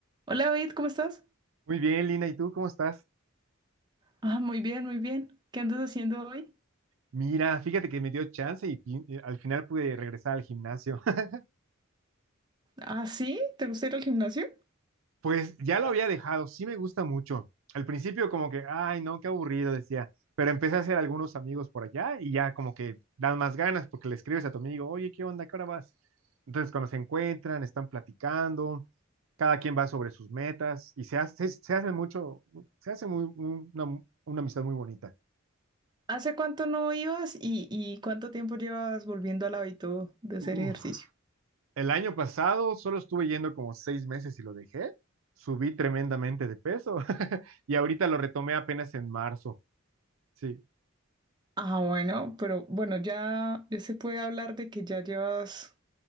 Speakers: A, on the right; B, on the right.
A: Hola, David, ¿cómo estás?
B: Muy bien, Lina, ¿y tú cómo estás?
A: Ah, muy bien, muy bien. ¿Qué andas haciendo hoy?
B: Mira, fíjate que me dio chance y, fin- y al final pude regresar al gimnasio. <laughs>
A: Ah, sí, ¿te gusta ir al gimnasio?
B: Pues ya lo había dejado, sí me gusta mucho. Al principio como que, ay, no, qué aburrido, decía, pero empecé a hacer algunos amigos por allá y ya como que dan más ganas porque le escribes a tu amigo, oye, ¿qué onda? ¿Qué hora vas? Entonces cuando se encuentran, están platicando, cada quien va sobre sus metas y se hace, se hace mucho, se hace muy, un- una, una amistad muy bonita.
A: ¿Hace cuánto no ibas y, y cuánto tiempo llevas volviendo al hábito de hacer
B: Uf.
A: ejercicio?
B: El año pasado solo estuve yendo como seis meses y lo dejé. Subí tremendamente de peso <laughs> y ahorita lo retomé apenas en marzo. Sí,
A: Ah, bueno, pero bueno, ya, ya se puede hablar de que ya llevas